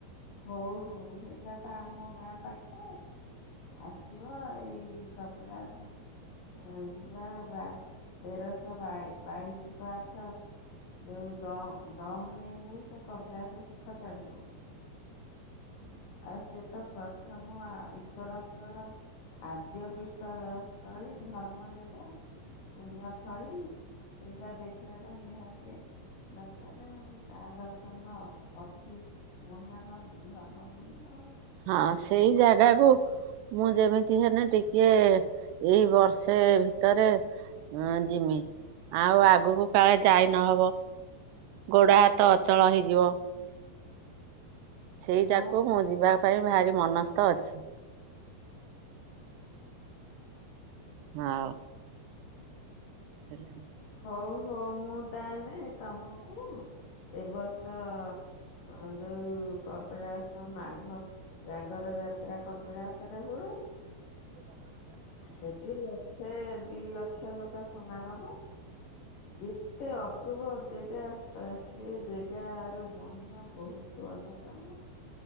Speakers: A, on the left (about 60°); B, on the right (about 85°).
A: ହଉ ହଉ, ସେଇଟା ତ ଆମ ଗାଁ ପାଖେରେ। ଆସିବ ଏଇ କପିଳାସ। ହଁ ଜିବା ବା, ତେରଶହ ବାଇ ବାଇଶି ପାହାଚ। ଯୋଉ ଦମ, ଦମ ନେଇ ନେଇ ସେ କପିଳାସ ଶିଖର ଚଢିବ। ଆଉ ସିଏ ତ ପ୍ରଥମ ଈଶ୍ଵରଙ୍କର। ଆଦ୍ୟ ପିଷ୍ଠ ସ୍ଥଳୀ ଧର୍ମ ଦେବ ପୁଣ୍ୟଥଳୀ। ସେଇଟା ଦେଖିବା ଟା ନିହାତି। ଦରକାର ଆଉ ତା ଦର୍ଶନ ଅତି ମହାନ ଧର୍ମ। ପୂଣ୍ୟ।
B: ହଁ ସେଇ ଜାଗାକୁ। ମୁଁ ଯେମିତି ହେଲେ ଟିକେ ଏଇ ବର୍ଷେ ଭିତରେ। ଆଁ ଯିମି ଆଉ ଆଗକୁ କାଳେ ଯାଇ ନହବ। ଗୋଡ ହାତ ଅଚଳ ହେଇଯିବ। ସେଇଟାକୁ
A: ହଁ
B: ମୁଁ ଯିବା ପାଇଁ ଭାରି ମନସ୍ଥ ଅଛି। ହଁ। ହେଲା ନା।
A: ହଉ ହଉ ମୁଁ ତାହେନେ ତମକୁ ଏ ବର୍ଷ। ହଁ ଯୋଉ କପିଳାସ ମାଘ। ଜାଗର ଯାତ୍ରା କପିଳାସ ରେ ହୁଏ।
B: ହ
A: ସେଠି ଲକ୍ଷେ ଦି ଲକ୍ଷ ଲୋକ ସମାଗମ। ଏତେ ଅପୂର୍ବ ଜେଗା ସ୍ ସେ ଜେଗାର ମହିମା ବହୁତ ଅନ୍ୟତମ।